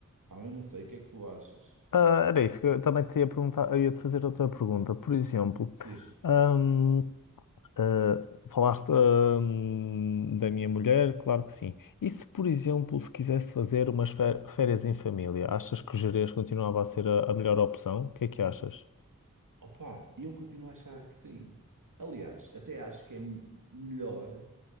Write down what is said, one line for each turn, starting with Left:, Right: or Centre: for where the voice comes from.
Right: Pá, mas não sei, o que é que tu achas?
Left: Ah, era isso que eu também te ia perguntar, eu ia te fazer outra pergunta. Por exemplo,
Right: Diz.
Left: hum, Ah, falaste, hum, da minha mulher? Claro que sim. E se, por exemplo, se quisesse fazer umas fé- férias em família, achas que o Gerês continuava a ser a, a melhor opção? O que é que achas?
Right: Opa, eu continuo a achar que sim. Aliás, até acho que é m- melhor a